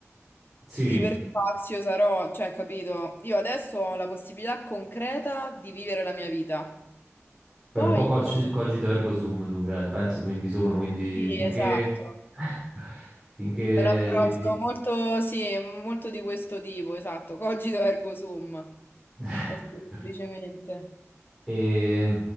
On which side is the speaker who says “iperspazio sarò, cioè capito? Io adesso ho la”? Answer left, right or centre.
Left